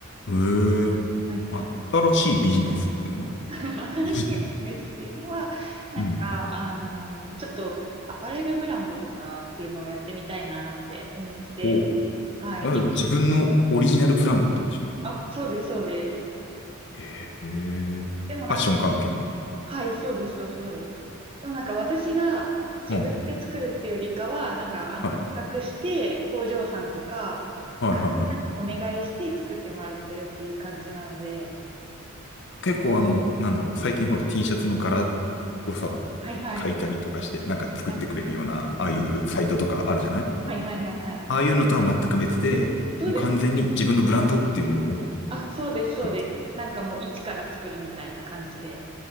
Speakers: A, on the left; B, on the right.
A: へえー、
B: はいはい。
A: 新しいビジネスってのは
B: <laughs> 新しいんですっていうのは、
A: ビジネス。
B: なんか、
A: うん。
B: あのーちょっとアパレルブランドとかっていうのをやってみたいなって思ってて、
A: ほう。
B: はい。
A: あ自分のオリジナルブランドってことでしょ
B: いあ、そうです、そうです。
A: へえ。ファッション関係の
B: でもなんか、はい、そうです、そうです。でもなんか私が自分で作るっていうよりかは、
A: うん。
B: なんか、あの、
A: はい。
B: 企画して工場さんとか、
A: はいはいは
B: 会社さんにお願いして作ってもらってるっていう感じなので、
A: い。結構あの、なんだろう、最近ほら T シャツの柄をさ、
B: はいはい。
A: 描いたりとかして、なんか作ってくれるような、
B: はい、
A: ああいうサイトとかあるじゃない
B: はい、はい、はい、はい。はい
A: ああいうのとは全く別で、
B: そうです
A: もう完全に自分のブランドっていうものを
B: あ、そうです、そうです。
A: 作るってこ
B: なんかもう一から作るみたいな感じで